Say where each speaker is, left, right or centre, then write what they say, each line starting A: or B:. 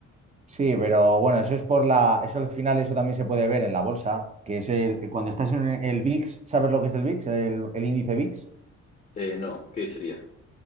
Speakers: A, on the right; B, on the left.
A: Sí, pero bueno, eso es por la, eso al final eso también se puede ver en la bolsa, que es el, cuando estás en el VIX, ¿sabes lo que es el VIX? El, el índice VIX.
B: Eh, no, ¿qué sería?